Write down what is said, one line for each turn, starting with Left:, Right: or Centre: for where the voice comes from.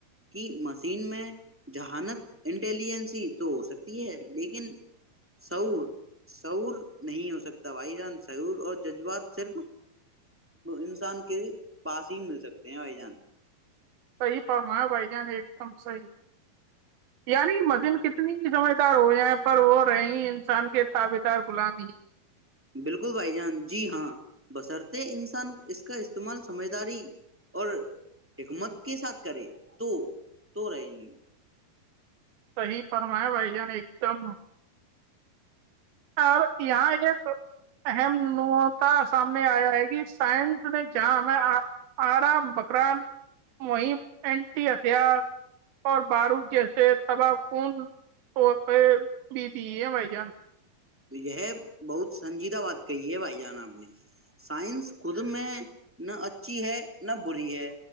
Centre: کی مشین میں جہانت انٹیلیجنسی تو ہو سکتی ہے لیکن سور سور نہیں ہو سکتا بھائی جان سعور اور جذبات صرف انسان کے پاس ہی مل سکتے ہیں بھائی جان
Right: صحیح فرما بھائی جان ایک دم صحیح یعنی مزن کتنی سمجھدار ہو جائیں پر وہ رہےیں ہی انسان کے تابیتار غلام ہی
Centre: بالکل بھائی جان جی ہاں بصرط انسان اس کا استعمال سمجھداری اور حکمت کے ساتھ کرے تو تو رہے گی
Right: صحی فرمایا بھائی جان ایک دم اور یہاں ایک اہم نتا سامنے آیا ہے کہ سائنس نے جہاں ہمیں آرا بکران مم اینٹی ہتھیار اور بارود جیسے تباہ کن طور پہ بھی دی ہے بھائی جان
Centre: یہ بہت سنجیدہ بات کہی ہے بھائی جان آپ نے سائنس خود میں نہ اچھی ہے نہ بری ہے